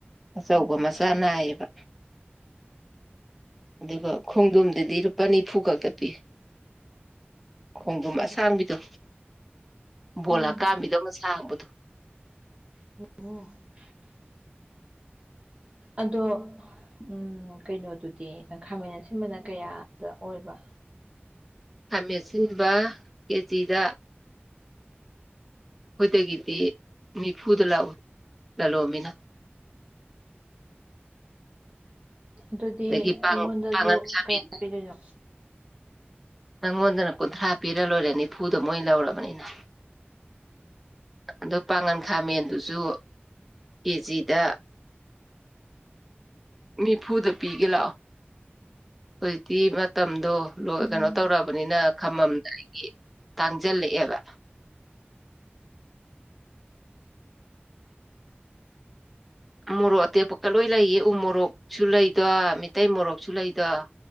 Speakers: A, in the centre; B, on the right.
A: ꯑꯆꯧꯕ ꯃꯆꯥ ꯅꯥꯏꯌꯦꯕ ꯑꯗꯨꯒ ꯈꯣꯡꯗꯣꯝꯗꯗꯤ ꯂꯨꯄꯥ ꯅꯤꯐꯨ ꯈꯛꯇ ꯄꯤ ꯈꯣꯡꯗꯨꯝ ꯑꯁꯥꯡꯕꯤꯗꯣ ꯕꯣꯜ
B: ꯎꯝ
A: ꯑꯀꯥꯝꯕꯤꯗꯧꯅ ꯁꯥꯡꯕꯗꯣ
B: <unintelligible> ꯑꯗꯣ ꯎꯝ ꯀꯩꯅꯣꯗꯨꯗꯤ ꯈꯥꯃꯦꯟ ꯑꯁꯤꯟꯕꯅ ꯀꯌꯥꯗ ꯑꯣꯏꯕ
A: ꯈꯥꯃꯦꯠꯁꯤꯟꯕ ꯀꯦꯖꯤꯗ ꯑꯩꯈꯣꯏꯗꯒꯤꯗꯤ ꯅꯤꯐꯨꯗ ꯂꯧꯏ ꯂꯂꯣꯟꯕꯤꯅ
B: ꯑꯗꯨꯗꯤ
A: ꯑꯗꯒꯤ ꯄꯥꯡꯒꯟ
B: ꯑꯩꯉꯣꯟꯗꯁꯨ
A: ꯈꯥꯃꯦꯟ
B: ꯀꯌꯥ ꯄꯤꯗꯣꯏꯅꯣ
A: ꯅꯪꯉꯣꯟꯗꯅ ꯀꯨꯟꯊ꯭ꯔꯥ ꯄꯤꯔ ꯂꯣꯏꯔꯦ ꯅꯤꯐꯨꯗꯣ ꯃꯣꯏ ꯂꯧꯔꯕꯅꯤꯅ ꯑꯗꯣ ꯄꯥꯉꯟ ꯈꯥꯃꯦꯟꯗꯨꯁꯨ ꯀꯦꯖꯤꯗ ꯅꯤꯐꯨꯗ ꯄꯤꯒꯦ ꯂꯥꯛꯑꯣ ꯍꯧꯖꯤꯛꯇꯤ ꯃꯇꯝꯗꯣ ꯂꯣꯏ
B: ꯎꯝ
A: ꯀꯩꯅꯣ ꯇꯧꯔꯕꯅꯤꯅ ꯈꯝꯃꯝꯗꯥꯏ ꯇꯥꯡꯖꯜꯂꯛꯑꯦꯕ ꯃꯣꯔꯣꯛ ꯑꯇꯦꯛꯄꯀ ꯂꯣꯏ ꯂꯩꯌꯦ ꯎ ꯃꯣꯔꯣꯛꯁꯨ ꯂꯩꯗꯣ ꯃꯤꯇꯩꯩ ꯃꯣꯔꯣꯛꯁꯨ ꯂꯩꯗꯣ